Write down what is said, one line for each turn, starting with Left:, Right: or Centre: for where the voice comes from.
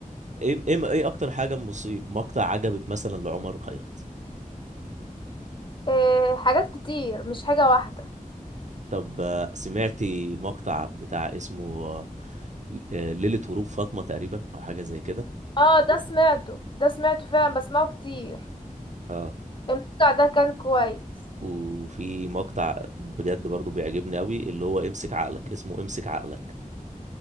Right: ايه ايه ايه اكتر حاجه مصيب مقطع عجبك مثلا لعمر خيرت
Left: آه، حاجات كتير مش حاجة واحدة
Right: طب آه، سمعتي مقطع بتاع اسمه آه، آه، ليله هروب فاطمه تقريبا او حاجه زي كده
Left: اه ده سمعته ده سمعته فعلا بسمعه كتير
Right: اه
Left: المقطع ده كان كويس
Right: وفي مقطع بجد برضو بيعجبني قوي اللي هو امسك عقلك اسمه امسك عقلك